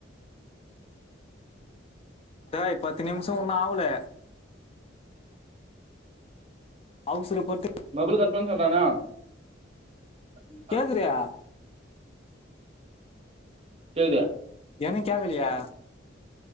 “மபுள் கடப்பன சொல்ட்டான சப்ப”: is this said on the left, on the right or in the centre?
Right